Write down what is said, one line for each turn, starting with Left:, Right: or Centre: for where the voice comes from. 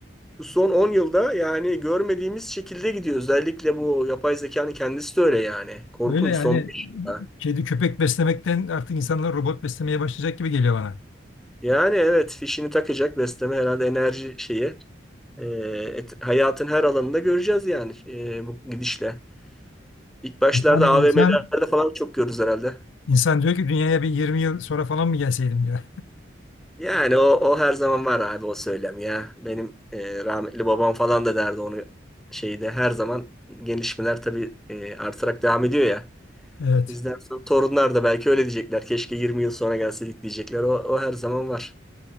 Centre: şu son 10 yılda yani görmediğimiz şekilde gidiyor. Özellikle bu yapay zekanın kendisi de öyle yani. Korkunç
Left: böyle yani
Centre: son 5 yılda.
Left: kedi köpek beslemekten artık insanlar robot beslemeye başlayacak gibi geliyor bana.
Centre: Yani evet fişini takacak besleme herhalde enerji şeyi. E, et- hayatın her alanında göreceğiz yani e, bu gidişle. İlk başlarda
Left: Yani
Centre: AVM'lerde
Left: insan
Centre: falan çok görürüz herhalde.
Left: İnsan diyor ki dünyaya bir 20 yıl sonra falan mı gelseydim diyor.
Centre: Yani o, o her zaman var abi o söylem ya. Benim e, rahmetli babam falan da derdi onu şeyde her zaman gelişmeler tabii e, artarak devam ediyor ya.
Left: Evet.
Centre: Bizden sonra torunlar da belki öyle diyecekler. Keşke 20 yıl sonra gelseydik diyecekler. O, o her zaman var.